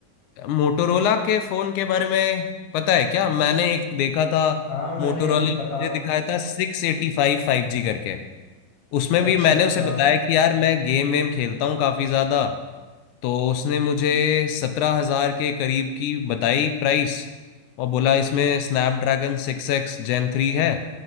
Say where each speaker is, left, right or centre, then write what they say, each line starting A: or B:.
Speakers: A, on the left; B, on the left.
A: मोटोरोला के फोन के बारे में पता है क्या मैंने एक देखा था
B: हाँ मैंने
A: मोटोरोला
B: बता
A: मुझे दिखाया था six eighty five five G करके उसमें
B: अच्छा
A: भी मैंने
B: अच्छा
A: उसे बताया कि यार मैं गेम वेम खेलता हूँ काफी ज्यादा तो उसने मुझे सत्रह हजार के करीब की बताई प्राइस और बोला इसमें Snapdragon six X Gen three है